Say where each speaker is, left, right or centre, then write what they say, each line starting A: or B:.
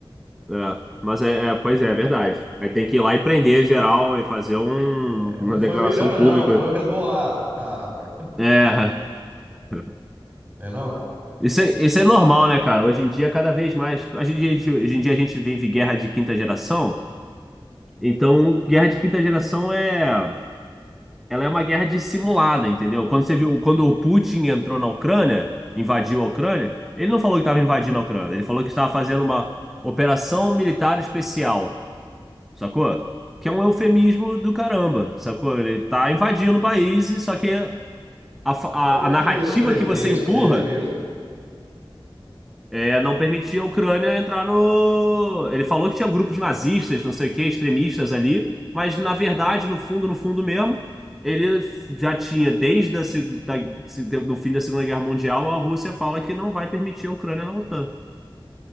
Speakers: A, in the centre; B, on the right.
A: é. Mas é, é, pois é, é verdade. Aí tem que ir lá e prender geral e fazer um-
B: É,
A: uma
B: não foi
A: declaração
B: o Irã,
A: pública.
B: não, foi o Hezbollah. <laughs> Ah, rapaz,
A: É. <laughs>
B: não é não?
A: Isso é, isso é normal, né, cara? Hoje em dia, cada vez mais. Hoje em dia, a gente hoje em dia a gente vive guerra de quinta geração. Então, guerra de quinta geração é. Ela é uma guerra dissimulada, entendeu? Quando você viu, quando o Putin entrou na Ucrânia, invadiu a Ucrânia, ele não falou que estava invadindo a Ucrânia, ele falou que estava fazendo uma operação militar especial, sacou? Que é um eufemismo do caramba, sacou? Ele tá invadindo o país, e só que a, fa- a,
B: Qual que
A: a narrativa
B: era o pretexto
A: que você empurra
B: dele mesmo?
A: é, não permitia a Ucrânia entrar no. Ele falou que tinha grupos nazistas, não sei o quê, extremistas ali, mas na verdade, no fundo, no fundo mesmo, ele já tinha, desde a, se- da, se- do fim da Segunda Guerra Mundial, a Rússia fala que não vai permitir a Ucrânia na OTAN.